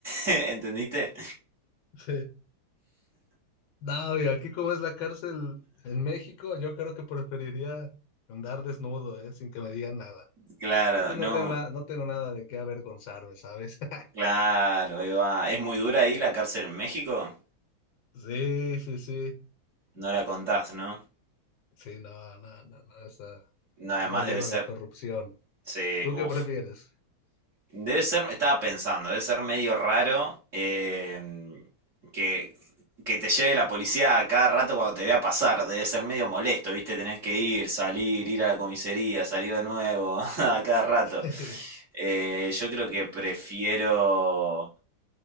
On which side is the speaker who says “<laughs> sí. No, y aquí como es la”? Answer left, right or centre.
Left